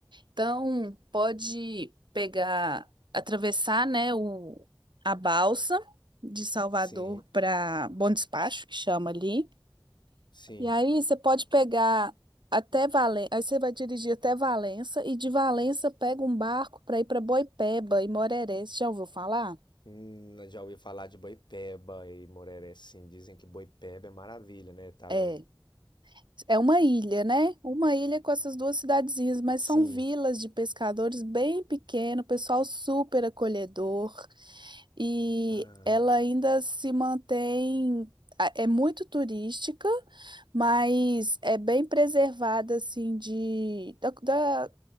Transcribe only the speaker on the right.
Então, pode pegar, atravessar, né, o, a balsa de Salvador
para Bom Despacho, que chama ali.
E aí você pode pegar até Valença, aí você vai dirigir até Valença e de Valença pega um barco para ir para Boipeba e Moreré. Você já ouviu falar?
É, é uma ilha, né? Uma ilha com essas duas cidadezinhas, mas
são vilas de pescadores bem pequeno, pessoal super acolhedor. e
ela ainda se mantém. a- É muito turística, mas é bem preservada, assim, de, da, da,